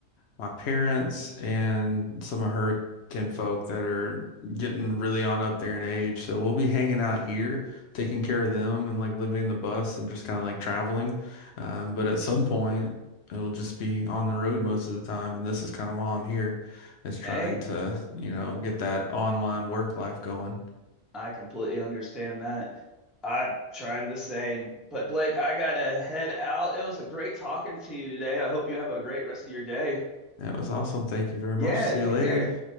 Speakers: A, on the left; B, in the centre.
A: my parents and some of her kinfolk that are getting really on up there in age. So we'll be hanging out here, taking care of them and like living the bus and just kind of like traveling. Um, but at some point, it'll just be on the road most of the time. And this is kind of why I'm here, is trying
B: Hey,
A: to, you know, get that online work life going.
B: I completely understand that. I'm trying the same. But Blake, I gotta head out. It was a great talking to you today. I hope you have a great rest of your day.
A: That was awesome. Thank you very
B: Yeah,
A: much. See
B: take
A: you later.
B: care.